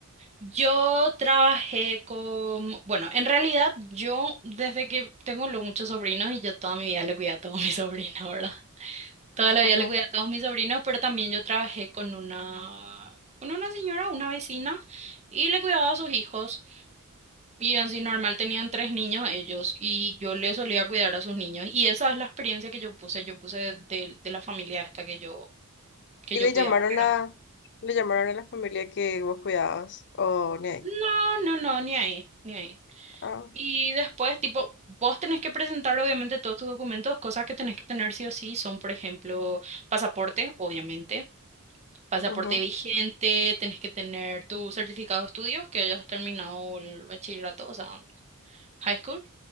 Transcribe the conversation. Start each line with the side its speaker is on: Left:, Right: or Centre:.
Right: Yo trabajé con, bueno, en realidad yo desde que tengo los muchos sobrinos y yo toda mi vida le cuidé a todos mis <laughs> sobrinos, ¿verdad? Toda la vida
Left: Ujú.
Right: le cuidé a todos mis sobrinos, pero también yo trabajé con una, con una señora, una vecina, y le cuidaba a sus hijos. Y así normal tenían tres niños ellos, y yo le solía cuidar a sus niños. Y esa es la experiencia que yo puse, yo puse de, de- de la familia esta que yo, que
Left: ¿Y
Right: yo
Left: le
Right: cuidaba.
Left: llamaron
Right: Pero
Left: a, le llamaron a la familia que vos cuidabas? ¿O ni ahí?
Right: no, no, no, ni ahí, ni ahí.
Left: Ah,
Right: Y después, tipo, vos tenés que presentar obviamente todos tus documentos, cosas que tenés que tener sí o sí son, por ejemplo, pasaporte, obviamente. pasaporte
Left: ujú.
Right: vigente, tenés que tener tu certificado de estudios, que hayas terminado el bachillerato, o sea, high school.